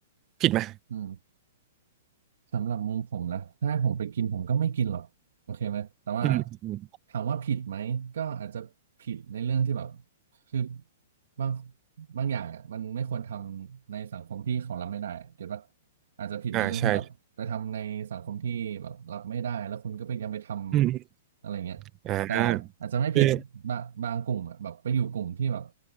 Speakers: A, on the right; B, on the right.
A: ผิดไหม
B: อืม สำหรับมุมผมนะถ้าผมไปกินผมก็ไม่กินหรอกโอเคไหมแต่ว่า
A: อืมอืม
B: ถามว่าผิดไหมก็อาจจะผิดในเรื่องที่แบบคือบางบางอย่างอ่ะมันไม่ควรทำในสังคมที่เขารับไม่ได้เก็ตปะอาจจะผิดในเรื่องที่แบบไปทำในสังคมที่แบบรับไม่ได้แล้วคุณก็ไปยังไปทำอะไรเงี้ยแต่อาจจะไม่ผิดบางบางกลุ่มอ่ะแบบไปอยู่กลุ่มที่แบบ
A: อ่าใช่อืมอืมอ่าคือ